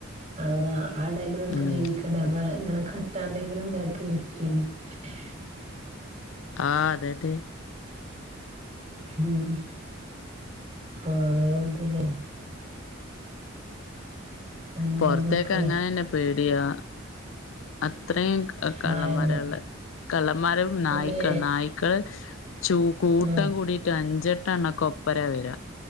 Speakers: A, on the right (about 35°); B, on the left (about 70°).
A: അങ്ങ്നെ ആ ടൈമില് ഒൽക്ക്
B: ഉം
A: ജീവിക്കണ്ടേ ഞമ്മളെ ഇങ്ങനെ കട്ടാണ്ടെങ്കിലും ഉണ്ടാക്കി ആഹ്
B: ആഹ് അതെ അതെ
A: ആഹ് ഓരോതില്. പിന്നെന്തൊക്കെ
B: പൊറത്തേക്കറങ്ങാനന്നെ പേടിയാ. അത്രയും കള്ളമാരള്ളെ
A: മായങ്ങൾ
B: കളളമാരും നായ്ക്കള്
A: തന്നെ
B: നായ്ക്കള്. ചൂ കൂട്ടം
A: ആ
B: കൂടിട്ട് അഞ്ചെട്ടണ്ണൊക്കെ ഒപ്പര വരാ